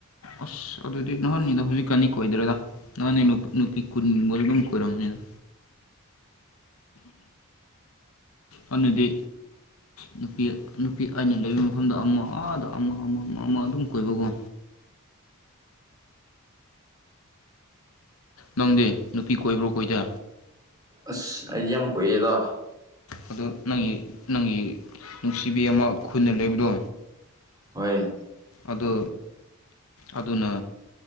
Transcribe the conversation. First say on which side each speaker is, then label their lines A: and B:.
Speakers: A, on the left; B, on the right.
A: ꯑꯁ ꯑꯗꯨꯗꯤ ꯅꯍꯥꯟꯅꯤꯗꯣ ꯍꯧꯖꯤꯛꯀꯥꯟꯅꯤ ꯀꯣꯏꯗꯔꯦꯗ ꯅꯍꯥꯟꯅꯤ ꯅꯨꯄꯤ ꯀꯨꯟꯕ ꯑꯗꯨꯝ ꯀꯣꯏꯔꯝꯃꯅꯤꯗ ꯑꯗꯤ ꯅꯨꯄꯤ ꯅꯨꯄꯤ ꯑꯩꯅ ꯂꯩꯕ ꯃꯐꯝꯗ ꯑꯃ ꯑꯗ ꯑꯃ ꯑꯃ ꯑꯃ ꯑꯃ ꯑꯗꯨꯝ ꯀꯣꯏꯕꯒꯣ ꯅꯪꯗꯤ ꯅꯨꯄꯤ ꯀꯣꯏꯕ꯭ꯔꯣ ꯀꯣꯏꯗ
B: ꯑ ꯑꯩ ꯑꯃꯀꯣꯏꯦꯗ
A: ꯑꯗꯨ ꯅꯪꯒꯤ ꯅꯪꯒꯤ ꯅꯨꯡꯁꯤꯕꯤ ꯑꯃ ꯈꯨꯅ ꯂꯩꯕꯗꯣ
B: ꯍꯣꯏ
A: ꯑꯗꯣ ꯑꯗꯨꯅ